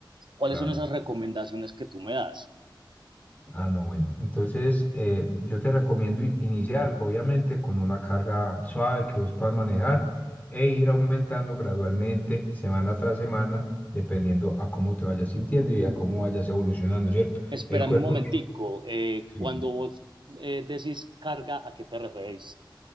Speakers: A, on the right; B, on the left.
A: ¿Cuáles
B: claro.
A: son esas recomendaciones que tú me das?
B: Ah, no, bueno. Entonces, eh, yo te recomiendo i- iniciar, obviamente, con una carga suave que vos puedas manejar e ir aumentando gradualmente, semana tras semana, dependiendo a cómo te vayas sintiendo y a cómo vayas evolucionando, ¿cierto?
A: Espérame
B: El cuerpo,
A: un momentico, eh,
B: sí,
A: cuando vos eh, decís carga, ¿a qué te referís?